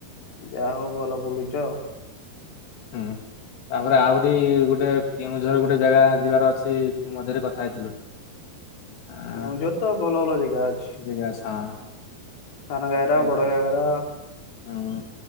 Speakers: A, on the left; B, on the left.
A: ଯାହା ହଉ ଭଲ ବୁଲୁଚ।
B: ହୁଁ। ତାପରେ ଆହୁରି ଗୋଟେ କେଉଁଝର ଗୋଟେ ଜାଗା ଯିବାର ଅଛି ମଝିରେ କଥା ହେଇଥିଲୁ। <inaudible> ଆଁ
A: କେଉଁଝର ତ ଭଲ ଭଲ ଜାଗା ଅଛି।
B: ଜାଗା ଅଛି ହଁ
A: ସାନ ଘାଗାରା
B: କଥା ହେଇଥିଲୁ
A: ବଡ଼ ଘାଗାରା।
B: ହୁଁ।